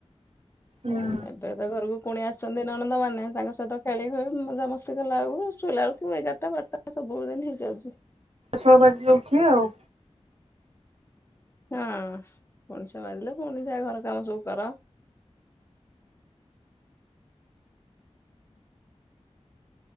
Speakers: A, on the right; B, on the left.
A: ହୁଁ।
B: ଏବେ ତ ଘରକୁ କୁଣିଆ ଆସିଛନ୍ତି ନଣନ୍ଦ ମାନେ ତାଙ୍କ ସହିତ ଖେଳି ଖେଳି ମଜାମସ୍ତି କଲା ବେଳକୁ ଶୋଇଲା ବେଳକୁ ଏଗାର ବାରଟା। ସବୁବେଳେ ସେନ୍ତି ହେଇଯାଉଛି।
A: ଛଅ ବାଜିଲେ ଉଠିବେ ଆଉ।
B: ହଁ ପୁଣି ଛ ବାଜିଲେ ପୁଣି ଯା ଘର କାମ ସବୁ କର